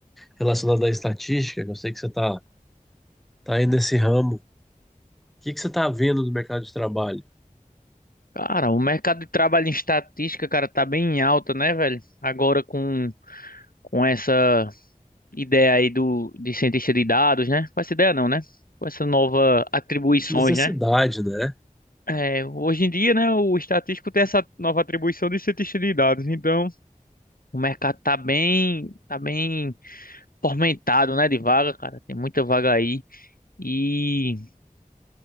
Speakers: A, in the centre; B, on the left (about 80°).
A: relacionado à estatística, que eu sei que você tá, tá aí nesse ramo. O que que você tá vendo no mercado de trabalho?
B: Cara, o mercado de trabalho em estatística, cara, tá bem em alta, né, velho? Agora com, com essa ideia aí do, de cientista de dados, né? Com essa ideia não, né? Com essa nova atribuições,
A: Essa necessidade,
B: né?
A: né?
B: É, hoje em dia, né, o estatístico tem essa nova atribuição de cientista de dados. Então, o mercado tá bem, tá bem fomentado, né, de vaga, cara. Tem muita vaga aí. E